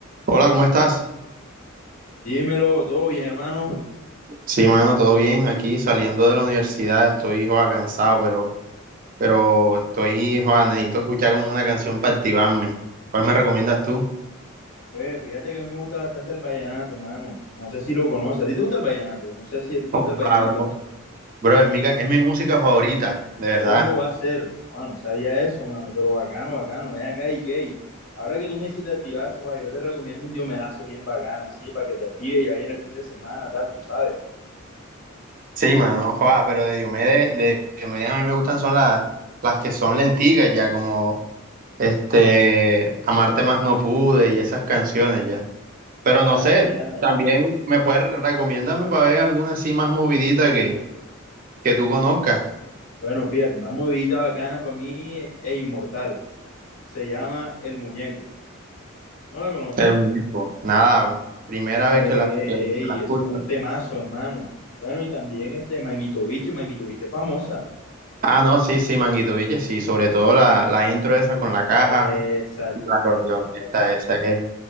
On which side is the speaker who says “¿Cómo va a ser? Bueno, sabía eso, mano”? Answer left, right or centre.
Left